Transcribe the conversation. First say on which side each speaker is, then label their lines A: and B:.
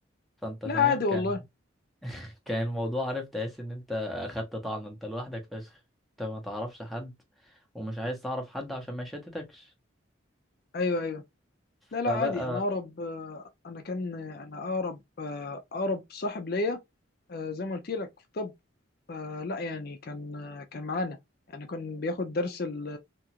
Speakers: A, in the centre; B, on the left.
A: فانت
B: لا
A: فاهم
B: عادي والله
A: كان كان الموضوع عارف تحس ان انت اخدت طعن انت لوحدك فشخ انت ما تعرفش حد ومش عايز تعرف حد عشان ما يشتتكش
B: ايوه ايوه لا لا
A: فبقى
B: عادي انا اقرب آه، انا كان انا اقرب آه، اقرب صاحب ليا آه، زي ما قلت لك في طب فلا يعني كان آه، كان معانا يعني كان بياخد درس ال-